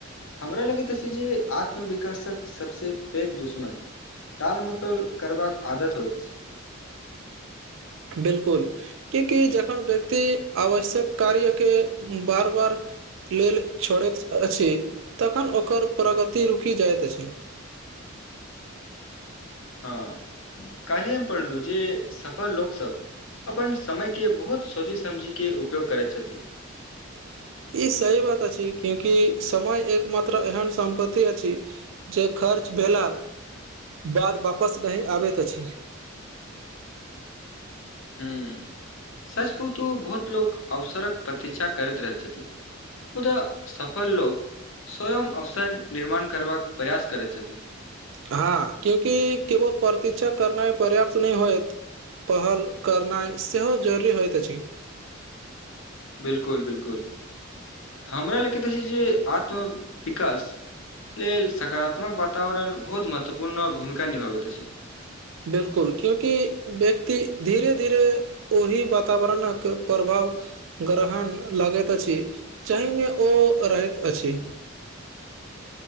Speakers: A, on the left; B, on the right.
A: हमरा लगैत अछि जे आत्मविकासक सभसँ पैघ दुश्मन टाल मटोल करबाक आदत होइत अछि
B: बिल्कुल कियाकी जखन व्यक्ति आवश्यक कार्य के बार बार लेल छोड़ैत अछि तखन ओकर प्रगति रुकि जाइत अछि
A: हँ काल्हिहे हम पढ़लूँ जे सफल लोक सब अपन समयके बहुत सोचि समझिके उपयोग करैत छथि
B: ई सही बात अछि क्यूंकि की समय एक मात्र एहन सम्पति अछि जे खर्च भेला बाद वापस नहि आबैत अछि
A: हूँ सच कहू तऽ बहुत लोक अवसरक प्रतीक्षा करैत रहैत छथि मुदा सफल लोक स्वयं अवसर निर्माण करबाक प्रयास करैत छथि
B: हाँ क्यूंकि केवल प्रतीक्षा करनाय पर्याप्त नहि होयत पहल करनाइ सेहो जरूरी होइत अछि
A: बिल्कुल बिल्कुल हमरा लएके तऽ छै जे आत्मविकास लेल सकारात्मक वातावरण बहुत महत्वपूर्ण भूमिका निभाबैत अछि
B: बिल्कुल क्यूंकि व्यक्ति धीरे धीरे ओहि वातावरणक प्रभाव ग्रहण लगैत अछि जाहि मे ओ रहैत अछि